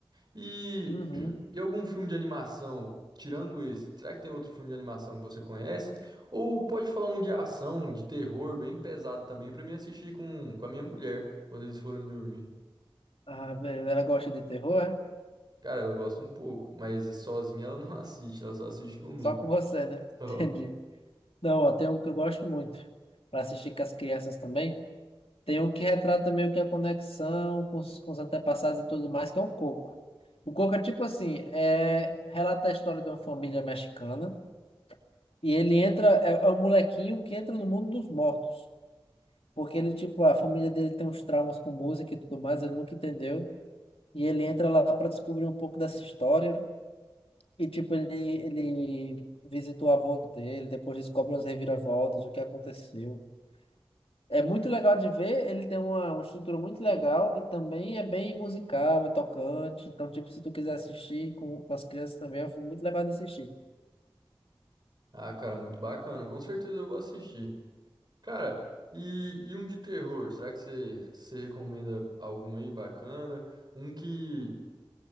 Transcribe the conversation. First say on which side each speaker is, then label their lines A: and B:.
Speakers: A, on the right (about 50°); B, on the left (about 80°).
A: E,
B: Uhum.
A: <clears throat> e algum filme de animação, tirando esse, será que tem outro filme de animação que você conhece? Ou pode falar um de ação, de terror, bem pesado também, pra mim assistir com, com a minha mulher quando eles forem dormir.
B: Ah, beleza. Ela gosta de terror, é?
A: Cara, ela gosta um pouco, mas sozinha ela não <laughs> assiste, ela só assiste comigo.
B: Só com você, né?
A: Só.
B: <laughs> Entendi. Não, ó, tem um que eu gosto muito, para assistir com as crianças também. Tem um que retrata meio que a conexão com os, com os antepassados e tudo mais, que é o Coco. O Coco é tipo assim, é, relata a história de uma família mexicana E ele entra, é, é um molequinho que entra no mundo dos mortos. Porque ele, tipo, a família dele tem uns traumas com música e tudo mais, ele nunca entendeu. E ele entra lá para descobrir um pouco dessa história. E, tipo, ele, ele visita o avô dele, depois descobre umas reviravoltas, o que aconteceu. É muito legal de ver, ele tem uma, uma estrutura muito legal e também é bem musical, é tocante. Então, tipo, se tu quiser assistir com, com as crianças também, é um filme muito legal de assistir.
A: Ah, cara, muito bacana, com certeza eu vou assistir. Cara, e, e um de terror, será que você, você recomenda algum aí bacana? Um que.